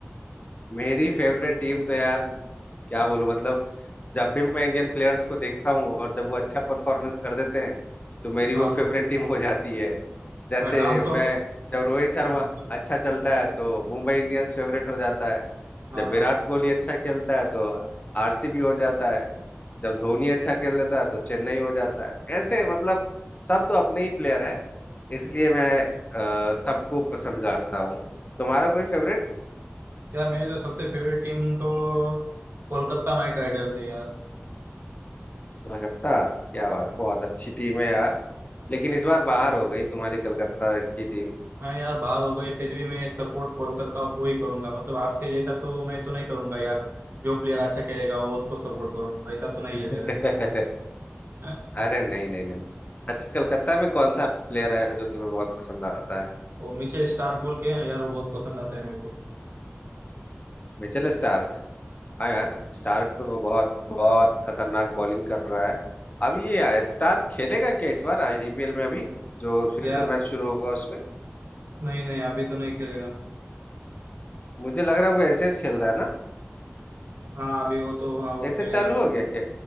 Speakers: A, on the left; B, on the right.
A: मेरी फेवरेट टीम तो यार क्या बोलूं मतलब जब भी मैं इंडियन प्लेयर्स को देखता हूं और जब वो अच्छा परफॉर्मेंस कर देते हैं तो मेरी
B: हाँ
A: वो फेवरेट टीम हो जाती है जैसे
B: पर नाम तो
A: मैं जब रोहित शर्मा
B: हाँ हाँ
A: अच्छा चलता है तो मुंबई इंडियंस फेवरेट हो जाता है
B: हाँ
A: जब
B: हाँ
A: विराट
B: हाँ।
A: कोहली अच्छा खेलता है तो आरसीबी हो जाता है जब धोनी अच्छा खेल लेता है तो चेन्नई हो जाता है ऐसे मतलब सब तो अपने ही प्लेयर है इसलिए मैं अ, सबको पसंद करता हूँ तुम्हारा कोई फेवरेट
B: यार मेरी तो सबसे फेवरेट टीम तो कोलकाता नाइट राइडर्स है यार
A: कलकत्ता क्या बात बहुत अच्छी टीम है यार लेकिन इस बार बाहर हो गई तुम्हारी कलकत्ता की टीम
B: हाँ यार बाहर हो गई फिर भी मैं सपोर्ट कोलकाता को ही करूंगा मतलब आपके जैसा तो मैं तो नहीं करूंगा यार जो प्लेयर अच्छा खेलेगा वो उसको सपोर्ट करूंगा वैसा तो नहीं है मेरा
A: <laughs>
B: <laughs>
A: अरे नहीं नहीं नहीं अच्छा कलकत्ता में कौन सा प्लेयर है जो तुम्हें बहुत पसंद आता है
B: वो मिशेल स्टार्क बोल के है ना यार वो बहुत पसंद आता है मेरे को
A: Mitchell Starc हाँ यार स्टार्क तो बहुत बहुत खतरनाक बॉलिंग कर रहा है अब ये स्टार्क खेलेगा क्या इस बार आईपीएल में अभी जो फिर
B: यार
A: से मैच शुरू होगा उसमें
B: नहीं नहीं अभी तो नहीं खेलेगा
A: मुझे लग रहा है वो ऐसे ही खेल रहा है ना
B: हाँ अभी वो तो हाँ वो
A: ऐसे
B: खेलेगा
A: चालू हो गया क्या